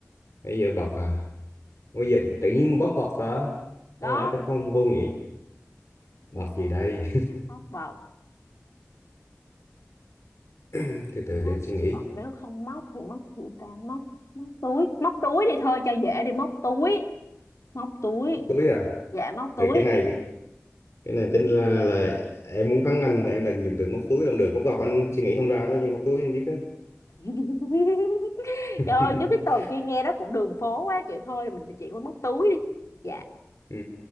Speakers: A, on the left; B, on the left.
A: bây giờ bọt à bây giờ tự nhiên bóc bật ta
B: đó
A: đó là phải không vô nghĩa bật gì đây
B: móc bọc
A: <laughs> từ
B: đúng
A: từ để
B: móc
A: em suy nghĩ
B: còn nếu không móc thì móc gì ta móc móc túi móc túi đi thôi cho dễ đi móc túi móc túi
A: túi à
B: dạ móc túi
A: rồi cái này cái cái này tính là là em muốn thắng anh mà em làm dùng từ móc túi làm được móc bọc anh suy nghĩ không ra đó nhưng móc túi anh biết đó
B: <laughs>
A: <laughs>
B: Trời ơi, chứ cái từ kia nghe đó cũng đường phố quá kiểu thôi thì mình chuyển qua móc túi đi. Dạ,
A: ừ.